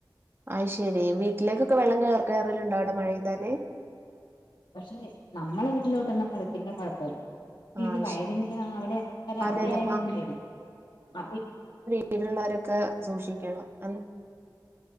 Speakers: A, on the right; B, on the left.
A: ആയിശേരി വീട്ടിലേക്കൊക്കെ വെള്ളം കേറലുണ്ടോ അവിടെ മഴ പെയ്താല്
B: പക്ഷെ നമ്മളെ വീട്ടിലോട്ടൊന്നും വരത്തില്ല കൊഴപ്പില്ല <unintelligible>
A: ആ
B: വയലിന്റെ
A: ശരി
B: അവിടെ അക്കരെ
A: അതെ
B: അവിടെ
A: അതെ
B: ആയത്കൊണ്ടേ ആ
A: വീട്ടിലുള്ളോരൊക്കെ സൂക്ഷിക്കണം